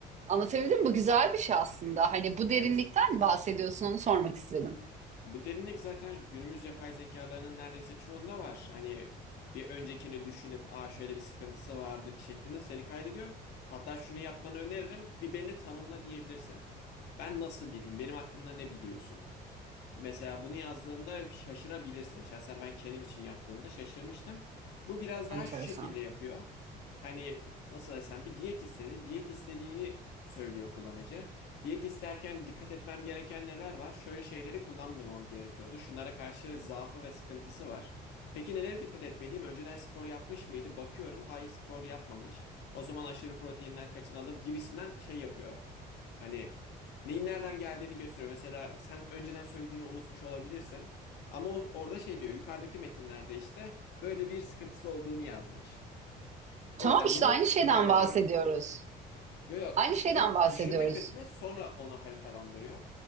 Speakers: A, on the right; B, on the left.
A: Anlatabildim mi? Bu güzel bir şey aslında. Hani bu
B: Evet.
A: derinlikten bahsediyorsun onu sormak istedim.
B: Bu derinlik zaten günümüz yapay zekalarının neredeyse çoğunda var. Hani bir öncekini düşünüp aa şöyle bir sıkıntısı vardı şeklinde seni kaydediyor. Hatta şunu yapmanı öneririm. Bir beni tanımla diyebilirsin. Ben nasıl biriyim? Benim hakkımda ne biliyorsun? Mesela bunu yazdığında şaşırabilirsin. Şahsen ben kendim için yaptığımda şaşırmıştım. Bu biraz daha
A: Enteresan.
B: şu şekilde yapıyor. Hani nasıl desem bir diyet istedi. Diyet istediğini söylüyor kullanıcı. Diyet isterken dikkat etmem gereken neler var? Şöyle şeyleri kullanmamam gerekiyordu. Şunlara karşı zaafı ve sıkıntısı var. Peki nelere dikkat etmeliyim? Önceden spor yapmış mıydı? Bakıyorum. Hayır spor yapmamış. O zaman aşırı proteinden kaçınalım gibisinden şey yapıyor. Hani Neyin nereden geldiğini gösteriyor. Mesela sen önceden söylediğini unutmuş olabilirsin. Ama o- orada şey diyor. Yukarıdaki metinlerde işte böyle bir sıkıntısı olduğunu yazmış. O
A: Tamam
B: yüzden
A: işte
B: bunu
A: aynı şeyden
B: ihmal ediyorum.
A: bahsediyoruz.
B: Yo yo
A: Aynı şeyden
B: bu
A: bahsediyoruz.
B: düşünme kısmı sonra onu haritalandırıyor.